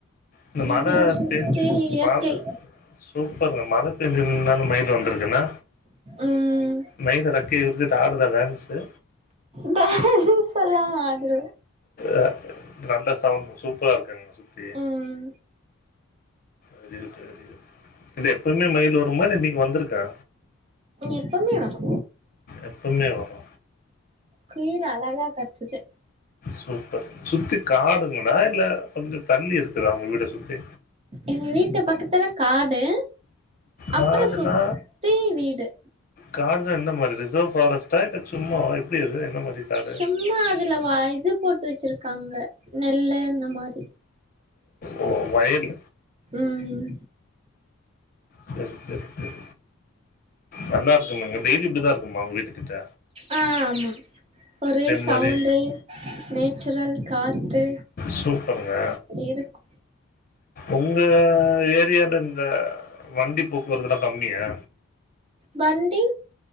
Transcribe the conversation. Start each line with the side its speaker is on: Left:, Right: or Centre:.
Left: இந்த மழ
Right: இத சுத்தி
Left: பேஞ்சு
Right: இயற்கை
Left: மழ சூப்பருங்க மழ பேஞ்சுன்னாலு மைலு வந்திருக்குன்னா
Right: ம்
Left: மைலு இறக்கய விரிச்சிட்டு ஆடுதா டான்ஸு
Right: டேன்சுலா ஆடுல
Left: அ நல்ல சவுண்ட் சூப்பரா இருக்குங்க சுத்தி
Right: ம்
Left: வெரி குட் வெரி குட் இது எப்பமே மயிலு வருமா இல்ல இன்னக்கி வந்திருக்கா
Right: எப்பமே வரு
Left: எப்பவுமே வரு
Right: குயில் அழகா கத்துது
Left: சூப்பர் சுத்தி காடுங்களா இல்ல கொஞ்ச தள்ளி இருக்குதா உங்க வீட சுத்தி
Right: எங்க வீட்டு பக்கத்துல காடு அப்றோ
Left: காடுனா
Right: சுத்தி வீடு
Left: காடுன்னா என்ன மாரி ரிசர்வ் ஃபாரஸ்ட்டா இல்ல சும்மா எப்டி அது என்ன மாரி காடு
Right: சும்மா அதுல வா இது போட்டு வச்சிருக்காங்க நெல்லு இந்த மாரி
Left: ஓ ஓ வயல்
Right: ம்
Left: சரி சரி சரி நல்லா இருக்குமாங்க டெய்லி இப்டிதா இருக்குமா உங்க வீட்டு கிட்ட
Right: ஆ ஆமா ஒரே சவுண்டு
Left: மாரி
Right: நேச்சுரல் காத்து
Left: சூப்பருங்க
Right: அப்டி இருக்கு
Left: உங்க ஏரியால இந்த வண்டி போக்குவரத்துல்லா கம்மியா
Right: வண்டி